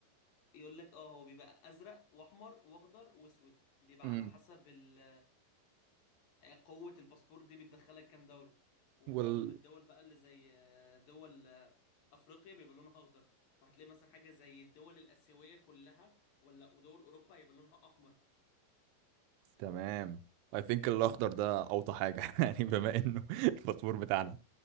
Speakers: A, on the left (about 50°); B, on the right (about 80°).
A: يقول لك اه هو بيبقى ازرق واحمر واخضر واسود بيبقى
B: امم
A: على حسب ال آه، قوة الباسبور دي بتدخلك كام دولة ومعظم
B: وال
A: الدول بقى اللي زي آه، دول آه، افريقيا بيبقى لونها اخضر وهتلاقي مثلا حاجة زي الدول الاسيوية كلها ولا ودول اوروبا هيبقى لونها احمر
B: تمام I think الأخضر ده أوطى حاجة <laughs> يعني بما إنه <laughs> الباسبور بتاعنا